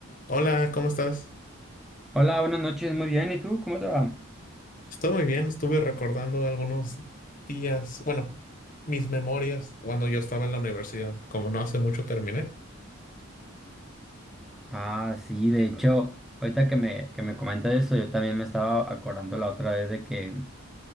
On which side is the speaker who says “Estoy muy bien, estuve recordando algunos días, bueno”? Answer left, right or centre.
Left